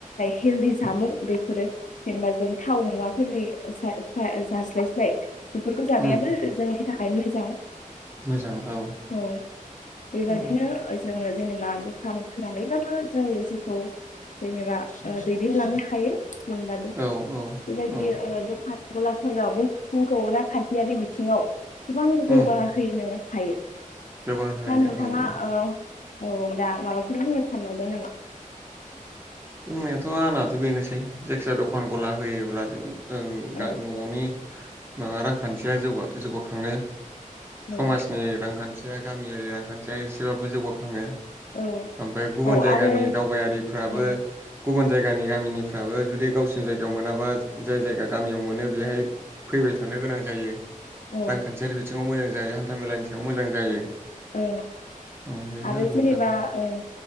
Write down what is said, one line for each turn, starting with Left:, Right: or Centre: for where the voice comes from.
Left: हेल्दिस जामु बेफोरो जेनेबा जों थाव मुवाफोरनि सा फा जास्लायस्लाय बेफोरखौ जानायाबो
Right: उम
Left: जों नि थाखाय मोजां
Right: मोजां औ
Left: अ बेबादिनो
Right: औ
Left: ओ जोङो जेनेबा दखान खोनानैबाबो जोंनि जिउखौ जेनेबा ओ दैदेनलांनो हायो । जोंबादै
Right: औ औ
Left: बेबायदिनो
Right: औ
Left: ओ दखान गलाफोरावबो जोंखौ रांखान्थियारि बिथिङाव गोबां
Right: उम
Left: जौगाहैनो हायो
Right: जौगाहोनो हायो
Left: दा नोंथाङा
Right: औ औ
Left: ओ औ दा माबाफोर बुंनो सानबावदों नामा
Right: दिनैथ आंनाथ बेनोसै जायखिजाया दखान गला होयोब्ला जों ओ
Left: औ
Right: गा ननि माबा रांखान्थिया जौगा जौगाखङो
Left: औ
Right: समाजनि
Left: औ
Right: रांखान्थि जा गामियारि रांखान्थिया एसेबाबो जौगाखाङो
Left: औ
Right: ओमफाय गुबुन
Left: औ
Right: जायगानि
Left: आरो
Right: दावबायारिफ्राबो
Left: ओ
Right: गुबुन जायगानि गामिनिफ्राबो जुदि गावसिनि जायगायाव मोनाबा जाय जायगा गामियाव मोनो बेहाय फैबाय थानो गोनां जायो
Left: औ
Right: रांखान्थियारि बिथिङाव मोजां जायो हान्था मेलानि सायाव मोजां जायो
Left: औ
Right: उम बेनो
Left: आरो
Right: नोंथां
Left: जेनेबा ओ